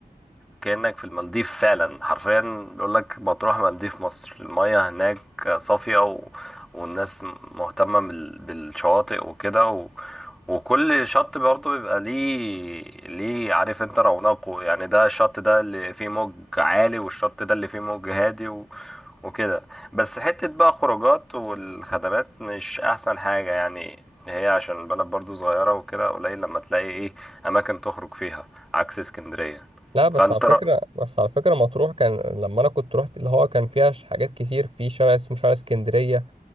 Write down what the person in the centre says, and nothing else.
كأنك في المالديف فعلا حرفيا بيقول لك مطروح مالديف مصر المياه هناك صافية و... والناس مهتمة بال... بالشواطئ وكده و... وكل شط برضه بيبقى ليه ليه عارف انت رونقه يعني ده الشط ده اللي فيه موج عالي والشط ده اللي فيه موج هادي و... وكده بس حتة بقى خروجات والخدمات مش أحسن حاجة يعني هي عشان البلد برضو صغيرة وكده قليل لما تلاقي ايه أماكن تخرج فيها عكس اسكندرية
فأنت
رأ...